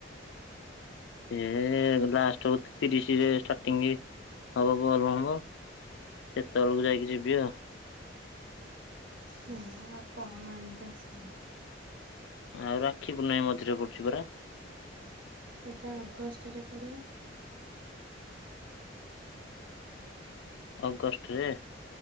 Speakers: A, on the left; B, on the right.
A: ସେ- ଲାଷ୍ଟ ହଉ ତିରିଶରେ ଷ୍ଟାର୍ଟିଂ। ହବ ବଲ୍ ବମ୍ୱ ସେତେବେଳକୁ ଯାଇକି ଯିବି ଆଉ।
B: ହଁ ଆଉ କଣ ଏଇନୋକ ଆସିବନି।
A: ଆଉ ରାକ୍ଷୀ ପୁନେଇ ମଝିରେ ପଡୁଛି ପରା।
B: ସେଟା ଅଗଷ୍ଟରେ ପଡ଼ିବ।
A: ଅଗଷ୍ଟ ରେ?